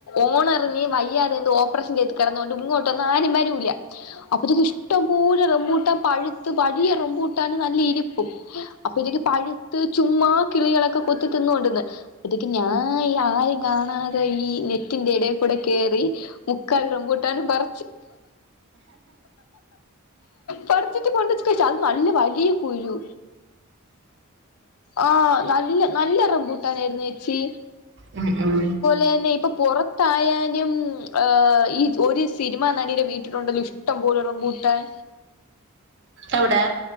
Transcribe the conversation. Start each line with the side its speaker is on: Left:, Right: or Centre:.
Left: ഓണറിന് വയ്യാതെ എന്ത് ഓപ്പറേഷൻ ചെയ്ത് കിടന്നുകൊണ്ട് ഇങ്ങോട്ടൊന്നും ആരും വരുല. അപ്പൊതക്ക് ഇഷ്ടംപോലെ റം കൂട്ടം പഴുത്ത് വഴിയ റംബൂട്ടാണ് നല്ല ഇനിപ്പും. അപ്പൊ ഇതക്ക് പഴുത്ത് ചുമ്മാ കിളികളൊക്കെ കുത്തി തിന്നൊണ്ടന്ന് ആപ്പൊതെക്ക് ഞ ഈ ആരും കാണാ ത ഈ നെറ്റിന്റെ എടെ കൂടെ കേറി മുക്കാൽ റംബൂട്ടാനും പറ പട <unintelligible> ത്തി കൊണ്ട വച്ച അത് നല്ല വലിയ കുരു ആ നല്ല നല്ല റംബുട്ടാൻ ആയിരുന്നു ചേച്ചി
Right: ഉം ഉം
Left: ന്നെ ഇപ്പൊ പുറത്തായാലും ഏ ഈ ഒരു സിനിമ നടിയന്റെ വീട്ടിലുണ്ടല്ലോ ഇഷ്ടം പോലെ റംബുട്ടാൻ
Right: എവിടെ?